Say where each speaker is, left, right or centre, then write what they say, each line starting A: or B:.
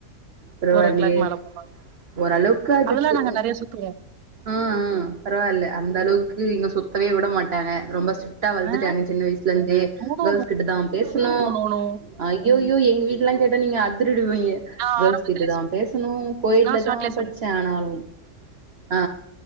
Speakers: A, on the right (about 45°); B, on the right (about 70°).
A: பரவா
B: ஃபோர்
A: இல்லியே
B: ஓ கிளாக் மேல போனா
A: ஓரளவுக்கு அதுக்கு
B: அதெல்லா நாங்க
A: அ
B: நெறைய சுத்துவோ
A: அ ஆ பரவா இல்ல அந்த அளவுக்கு இங்க சுத்தவே விட மாட்டாங்க ரொம்ப ஸ்ரி ட்டா வள்த்துட்டாங்க
B: ஆ
A: சின்ன வய்ஸ்ல இருந்தே
B: நோ நோ
A: கேள்ஸ் கிட்ட தான் பேசுனு
B: நோ நோ நோ
A: ஐயோய் யோ எங்க வீட்டுலா கேட்டா நீங்க அதுரு டுவீங்க
B: நா
A: கேள்ஸ்
B: ஆரம்பத்துல
A: கிட்ட தான் பேசுணு கோயட்ல
B: நா ஸ்டார்ட்ல
A: தான்
B: சொன்னே
A: படிச்சேன் ஆனாலு ஆ